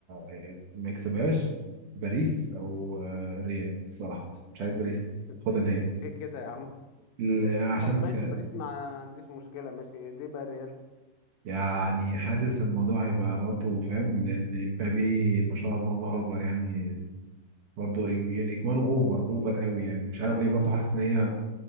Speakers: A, on the right (about 60°); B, on the left (about 85°).
A: آه، ما يكسبهاش باريس أو آه، ريال الصراحة مش عايز باريس
B: <laughs>
A: تاخدها نهائي
B: ليه كده يا عم
A: ل- عشان
B: طب ماشي
A: ك...
B: باريس ما عنديش مشكلة ماشي ليه بقى الريال
A: يعني حاسس الموضوع هيبقى برضه فاهم لأن امبابي ما شاء الله الله أكبر يعني برضه إج- يعني اجوانه اوفر اوفر قوي يعني مش عارف ليه برضه حاسس ان هي